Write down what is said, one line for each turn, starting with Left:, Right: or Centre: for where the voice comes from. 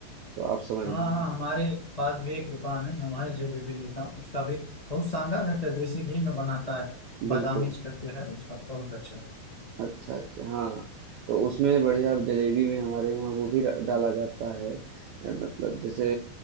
Right: तो आप समझ
Left: हाँ
Right: लीजिए
Left: हाँ हमारे पास भी एक दुकान है मैं वहाँ जलेबी लेता हूँ उसका भी बहुत शानदार रहता है देसी घी में बनाता है बादामी
Right: बिल्कुल
Left: करके है उसका बहुत अच्छा
Right: अच्छा अच्छा हाँ तो उसमें बढ़िया जलेबी में हमारे यहाँ वो भी डा- डाला जाता है अ, मतलब जैसे